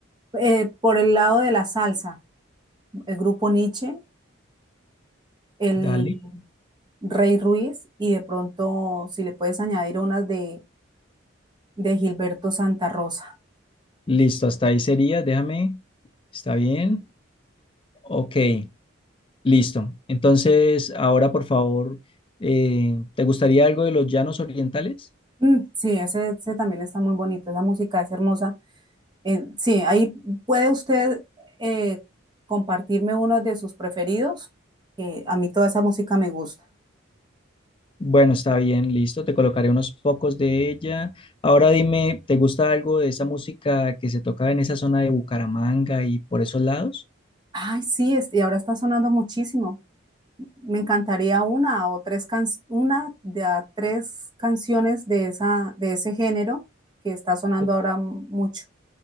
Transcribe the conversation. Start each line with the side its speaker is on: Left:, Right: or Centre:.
Right: Eh, por el lado de la salsa, el grupo Nietzsche, el
Left: Dale,
Right: Rey Ruiz y de pronto si le puedes añadir unas de, de Gilberto Santa Rosa.
Left: listo, hasta ahí sería, déjame, está bien, ok, listo. Entonces, ahora por favor, eh, ¿te gustaría algo de los llanos orientales?
Right: Mm, sí, ese, ese también está muy bonito, esa música es hermosa. Eh, sí, ahí puede usted eh, compartirme uno de sus preferidos, que a mí toda esa música me gusta.
Left: Bueno, está bien, listo. Te colocaré unos pocos de ella. Ahora dime, ¿te gusta algo de esa música que se toca en esa zona de Bucaramanga y por esos lados?
Right: Ay, sí, este, y ahora está sonando muchísimo. Me encantaría una o tres can- una de a tres canciones de esa, de ese género que está sonando
Left: Ok,
Right: ahora mucho.